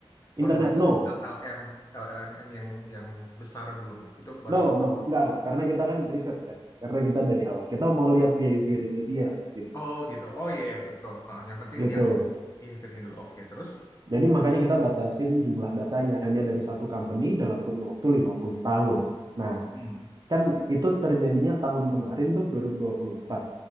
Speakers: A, on the left (about 30°); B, on the right (about 40°).
A: permodalan
B: Internet no.
A: LLM, LLMM yang yang besar belum. Itu baru.
B: No, no, enggak, enggak. Karena kita kan riset kan. Karena kita dari awal. Kita mau lihat behaviornya dia gitu.
A: Oh gitu. Oh iya iya, betul betul. Nah, yang penting
B: Gitu.
A: lihat behaviornya dulu. Oke terus.
B: Jadi makanya kita batasin jumlah datanya hanya dari satu company dalam kurun waktu 50 tahun. Nah,
A: Hmm.
B: kan itu terjadinya tahun kemarin tuh 2024.